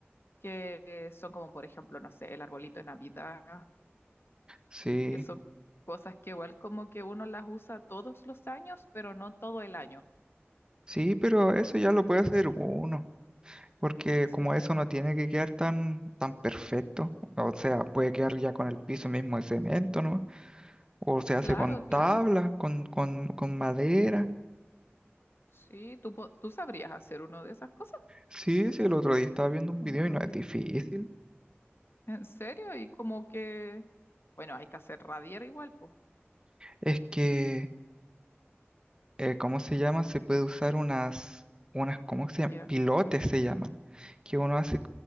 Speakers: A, on the left; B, on the right.
A: que eh, son como, por ejemplo, no sé, el arbolito de Navidad
B: Sí,
A: que son cosas que igual como que uno las usa todos los años, pero no todo el año.
B: sí, pero eso ya lo puede hacer uno, porque
A: Sí,
B: como eso no tiene que quedar tan, tan perfecto, o sea, puede quedar ya con el piso mismo de cemento, ¿no? O se hace
A: claro,
B: con
A: claro.
B: tablas, con, con, con madera.
A: Sí, tú, po- tú sabrías hacer uno de esas cosas,
B: Sí, sí, el otro día estaba viendo un
A: una
B: video
A: bodeguita.
B: y no es difícil.
A: ¿En serio? Y como que, bueno, hay que hacer radier igual, pues.
B: Es que, eh, ¿cómo se llama? Se puede usar unas, unas, ¿cómo se llama?
A: Ya.
B: Pilotes se llaman, que uno hace